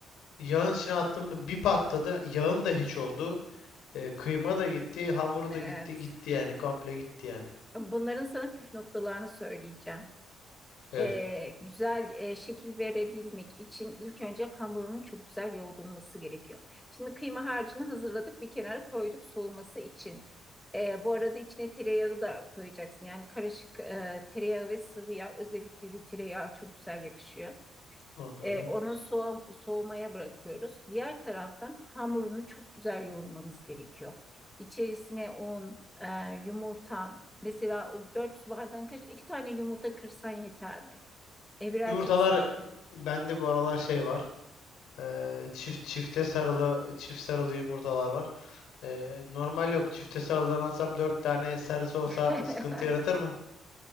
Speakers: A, on the left (about 85°); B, in the centre.
A: Yağın içine attığımda bir patladı. Yağım da hiç oldu. E, kıyma da gitti, hamuru
B: Evet.
A: da gitti, gitti yani komple gitti yani.
B: Bunların sana püf noktalarını söyleyeceğim.
A: Evet,
B: Ee, güzel e, şekil verebilmek için ilk önce hamurunun çok güzel yoğrulması gerekiyor. Şimdi kıyma harcını hazırladık bir kenara koyduk soğuması için. Ee, bu arada içine tereyağı da koyacaksın. Yani karışık e, tereyağı ve sıvı yağ özellikle de tereyağı çok güzel yakışıyor.
A: anladım.
B: E, onu soğu- soğumaya bırakıyoruz. Diğer taraftan hamurunu çok güzel yoğurmamız gerekiyor. İçerisine un, e, yumurta. Mesela o 4 su bardağın kaç? İki tane yumurta kırsan yeter mi? E birazcık...
A: Yumurtalar
B: s-
A: e, bende bu aralar şey var. Ee, çift çifte sarılı çift sarılı yumurtalar var. Ee, normal yok. Çifte sarılıdan atsam dört tane sarısı olsa
B: <laughs>
A: sıkıntı yaratır mı?